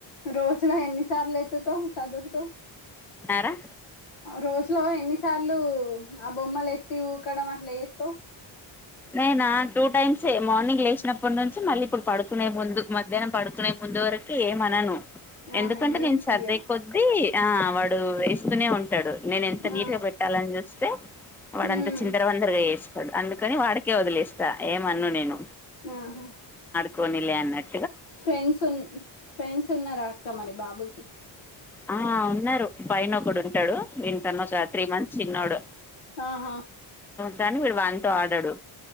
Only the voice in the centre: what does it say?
అరా
నేనా టూ టైమ్స్ సే మార్నింగ్ లేచినప్పటి నుంచి మళ్ళీ ఇప్పుడు పడుకునే ముందు మధ్యాహనం పడుకునే ముందు వరకు ఏమనను ఎందుకంటే
నేను సర్దే
కొద్దీ ఆ వాడు వేస్తూనే ఉంటా ఉంటాడు నేను ఎంత నీట్
గా పెట్టాలని చూస్తే వాడంత
చిందర వందరగా వేస్తాడు అందుకని వాడికి అందుకే వదిలేస్తా ఏం అను నేను
పొనీ లే అన్నట్
ఆ ఉన్నారు పైన ఒకడు ఉంటాడు వీడికన్న ఒక త్రీ మంత్స్ చిన్నోడు
కానీ వీడు వాన్తో ఆడడు